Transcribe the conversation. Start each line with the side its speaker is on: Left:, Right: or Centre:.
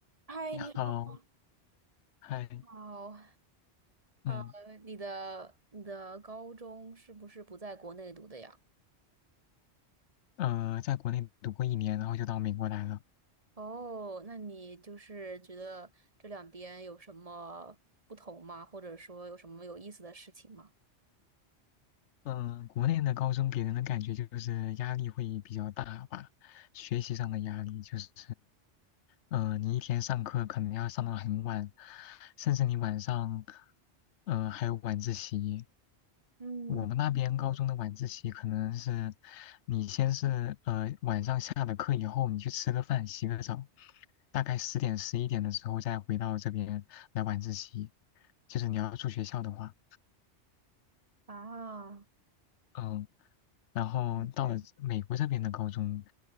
Right: 嗨，
Left: 你好，
Right: 你好，
Left: 嗨，
Right: 好，
Left: 嗯，
Right: 呃，你的你的高中是不是不在国内读的呀？
Left: 呃，在国内读过一年，然后就到美国来了。
Right: 哦，那你就是觉得这两边有什么不同吗？或者说有什么有意思的事情吗？
Left: 嗯，国内的高中给人的感觉就是压力会比较大吧，学习上的压力就是，嗯，你一天上课可能要上到很晚，甚至你晚上，呃，还有晚自习。
Right: 嗯，
Left: 我们那边高中的晚自习可能是，
Right: 有
Left: 你先是呃晚上下了课以后，你去吃个饭、洗个澡，大概十点十一点的时候再回到这边来晚自习，就是你要住学校的话。
Right: 啊，
Left: 嗯，然后到了美国这边的高中，
Right: 是